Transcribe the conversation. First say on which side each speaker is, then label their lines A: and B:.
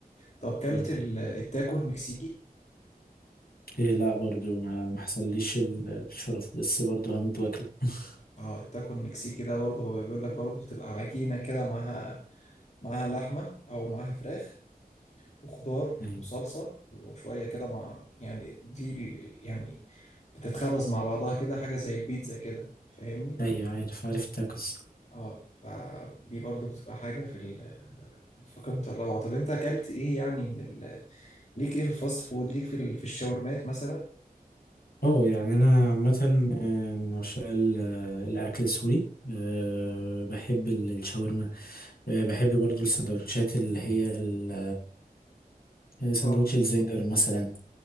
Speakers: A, on the left; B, on the left.
A: طب كلت
B: ده.
A: ال- التاكو المكسيكي
B: إيه لا برضو ما ما حصليش ال- الشرف بس برضو هموت واكل <laughs>
A: اه التاكو المكسيكي ده برضه بيقول لك برضه بتبقى عجينة كده معاها معاها لحمة أو معاها فراخ وخضار
B: أيوة
A: وصلصة وشوية كده مع يعني دي ال- يعني بتتخبز مع بعضها كده حاجة زي البيتزا كده فاهمني؟
B: أيوة عارف عارف التاكوز
A: اه فدي برضو بتبقى حاجة في ال في قمة الروعة طب أنت أكلت إيه يعني من ال ليك إيه في الفاست فود ليك في ال في الشاورمات مثلا؟
B: اه يعني انا عامه آه، من عشاق ال- آه، الاكل السوري آه، بحب ال- الشاورما آه، بحب برضو السندوتشات اللي هي ال- آه، سندوتش
A: اه
B: الزنجر مثلا